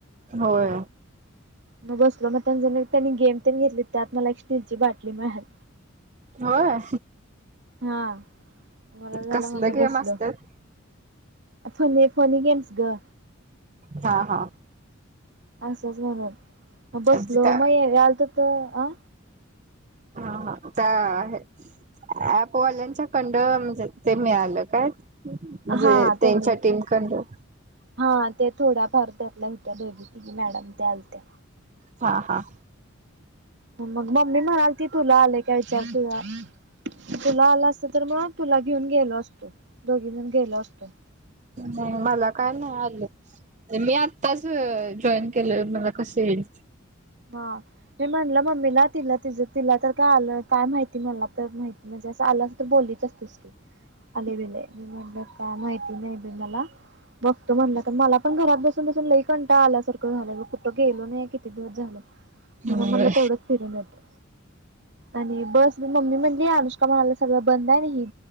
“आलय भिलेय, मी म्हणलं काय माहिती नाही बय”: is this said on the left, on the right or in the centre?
Right